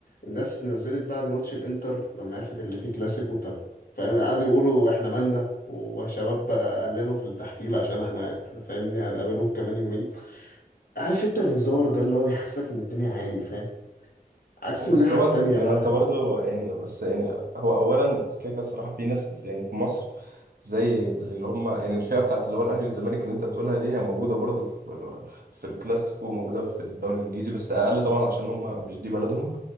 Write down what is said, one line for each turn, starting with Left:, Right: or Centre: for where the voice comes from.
Left: الناس نزلت بعد ماتش الإنتر لما عرفت اللي فيه كلاسيكو طب فاهم قعدوا يقولوا إحنا مالنا وشباب بقى قللوا في التحفيل عشان إحنا فاهمني هنقابلهم كمان يومين عارف أنت الهزار ده اللي هو بيحسسك إن الدنيا عادي فاهم عكس الناحية
Right: بس هو
Left: التانية
Right: انت في
Left: بقى
Right: ما انت برضه يعني بس يعني هو اولا كده كده الصراحه في ناس يعني في مصر زي اللي هم يعني الفئه بتاعت اللي هو الاهلي والزمالك اللي انت بتقولها دي هي موجوده برضه في في الكلاسيكو وموجوده في الدوري الانجليزي بس اقل طبعا عشان هم مش دي بلدهم